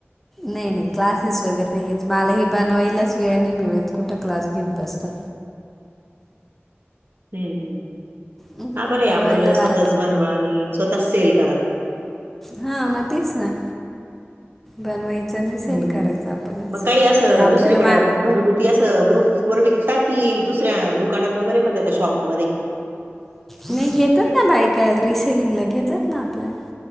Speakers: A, in the centre; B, on the right (about 55°).
A: नाही नाही क्लासेस वगैरे नाही घेत, मला हे बनवायलाच वेळ नाही मिळत. कुठं क्लास घेत बसता.
B: हम्म, हम्म.
A: हं,
B: हा बरंय,
A: बनवायला
B: आपलं
A: ला
B: स्वतःच बनवा आणि स्वतःच सेल करा.
A: हा, म तेच ना. बनवायचं आणि सेल
B: हम्म,
A: करायचं
B: हं.
A: आपणच
B: मग काही असं
A: ते आपल्याला
B: दुसरीकडं
A: मा
B: घरगुती अस ग्रुपवर विकता की, दुसऱ्या दुकानात वगैरे पण देता शॉपमध्ये?
A: नाही घेतात ना बायका, रिसेलिंगला घेतात ना आपल्या